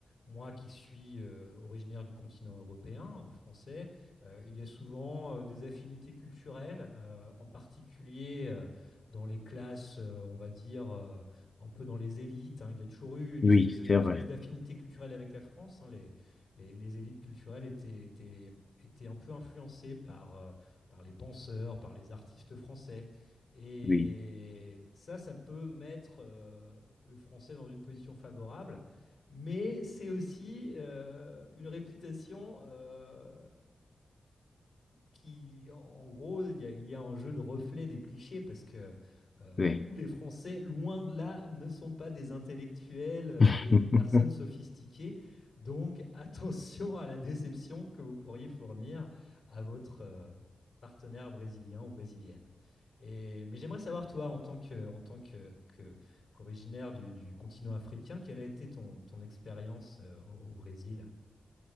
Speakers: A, on the left; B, on the left.
A: moi qui suis euh, originaire du continent européen, euh, français, euh, il y a souvent euh, des affinités culturelles, euh, en particulier euh, dans les classes, euh, on va dire, euh, un peu dans les élites. hein. il y a toujours eu une
B: oui,
A: espèce, une
B: c'est vrai.
A: espèce d'affinité culturelle avec la France. hein. les, les- les élites culturelles étaient, étaient, étaient un peu influencées par, euh, par les penseurs, par les artistes français. Et
B: Oui,
A: ça, ça peut mettre euh, le français dans une position favorable, mais c'est aussi euh, une réputation euh, qui, en gros, il y a, il y a un jeu de reflet des clichés parce que euh,
B: oui.
A: tous les Français, loin de là, ne sont pas des intellectuels euh,
B: <laughs>
A: et des personnes sophistiquées. Donc, <laughs> attention à la déception que vous pourriez fournir à votre euh, partenaire brésilien ou brésilienne. Et, mais j'aimerais savoir, toi, en tant que, en tant que, que- qu'originaire du, du continent africain, quelle a été ton, ton expérience euh, au, au Brésil?